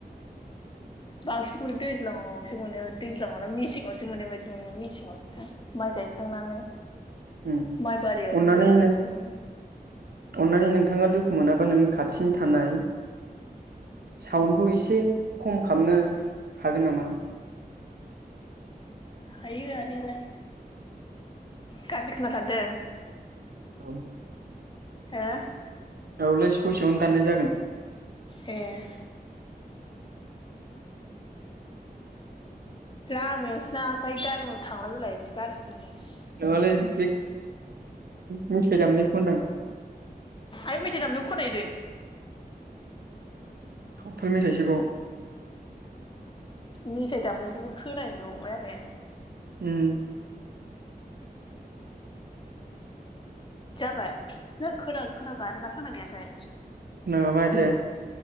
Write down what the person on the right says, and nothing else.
<inaudible>
उम
अन्नानै
नों
अन्नानै नोंथाङा दुखु मोनाबा नोंनि खाथिनि थानाय साउन्डखौ इसे खम खामनो हागोन नामा? <inaudible>
औ।
औ लै ससेयावनो दाननाय जागोन
नङालै बे मेथाय दामनायखौ होनदां
सावथाल मेथायसोबाव
उम
खोनागाबाय दे